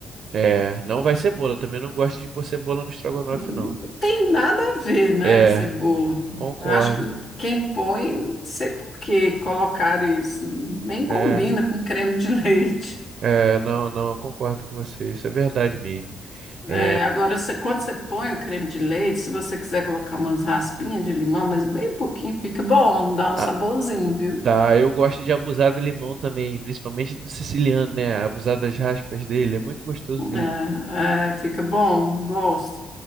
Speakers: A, on the right; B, on the left.
A: É, não vai cebola. Eu também não gosto de pôr cebola no estrogonofe,
B: Não
A: não.
B: tem nada a ver, né,
A: É,
B: cebola?
A: concordo.
B: Acho que quem põe, não sei por que colocaram isso, nem
A: É,
B: combina com creme de leite.
A: é, não, não, eu concordo com você. Isso é verdade mesmo. É,
B: É, agora, você- quando você põe o creme de leite, se você quiser colocar umas raspinhas de limão, mas bem pouquinho, fica bom, dá um
A: a-
B: saborzinho, viu?
A: da, eu gosto de abusar do limão também, principalmente do siciliano, né? Abusar das raspas dele, é muito gostoso mesmo.
B: É, é, fica bom, gosto.